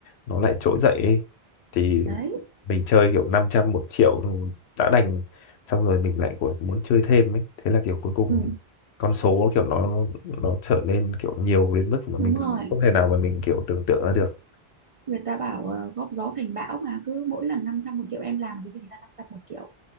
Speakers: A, on the left (about 85°); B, on the right (about 55°).
A: nó lại trỗi dậy ấy, thì
B: đấy
A: mình chơi kiểu 500 một triệu rồi đã đành xong rồi mình lại của muốn chơi thêm ấy thế là kiểu cuối cùng
B: ừ,
A: con số kiểu nó nó trở nên kiểu nhiều đến mức mà
B: đúng
A: mình
B: rồi
A: không thể nào mà mình kiểu tưởng tượng ra được
B: người ta bảo ờ, góp gió thành bão mà cứ mỗi lần 500 một triệu em làm cái gì ra 500 một triệu